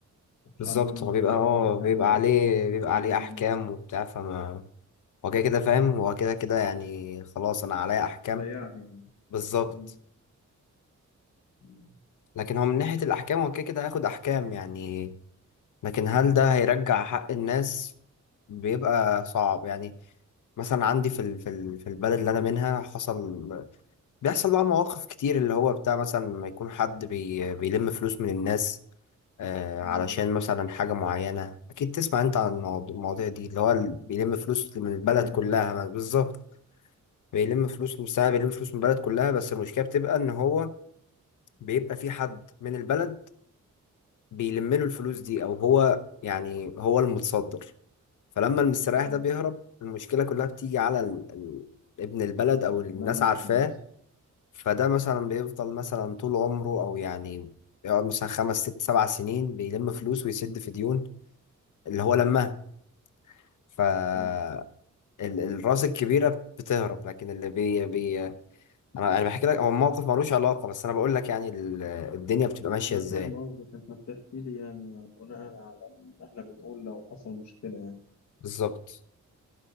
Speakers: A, on the left; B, on the left.
A: مفيش
B: بالظبط
A: عندهم
B: هو
A: مشكلة
B: بيبقى اه
A: خالص
B: بيبقى
A: يعني محدش
B: عليه
A: بيعرف
B: بيبقى
A: يوصل
B: عليه
A: لهم
B: احكام
A: يعني
B: وبتاع فما هو كده كده فاهم هو كده كده يعني خلاص انا عليا احكام
A: ضيعها يعني
B: بالظبط
A: مم. مم.
B: لكن هو من ناحية الاحكام هو كده كده هياخد احكام يعني لكن هل ده هيرجع حق الناس بيبقى صعب يعني مثلا عندي في ال- في ال- في البلد اللي انا منها حصل بيحصل بقى مواقف كتير اللي هو بتاع مثلا لما يكون حد بي... بيلم فلوس من الناس آه
A: مم.
B: علشان مثلا حاجة معينة أكيد تسمع أنت عن المواض- المواضيع دي اللي هو
A: مم.
B: ال- بيلم فلوس
A: مستريح
B: من البلد كلها
A: يعني
B: ما- بالظبط بيلم فلوس من ساعة بيلم فلوس من البلد كلها بس المشكلة بتبقى إن هو بيبقى في حد من البلد بيلم له الفلوس دي أو هو يعني هو المتصدر فلما المستريح
A: أيوة
B: ده بيهرب المشكلة كلها بتيجي على ال... ال... ابن البلد أو
A: اللي
B: الناس
A: نمي
B: عارفاه
A: الفلوس
B: فده مثلا بيفضل مثلا طول عمره او يعني يقعد مثلا خمس ست سبع سنين بيلم فلوس ويسد في ديون اللي هو لماها فالراس
A: أيوة
B: الكبيره بتهرب لكن اللي بي, بي انا انا بحكي لك هو موقف ملوش علاقه بس انا بقول لك يعني ال- الدنيا بتبقى ماشيه
A: أنا
B: ازاي
A: فاهم قصدك أنت بتحكي لي يعني بناء على اللي إحنا بنقول لو حصل مشكلة يعني
B: بالظبط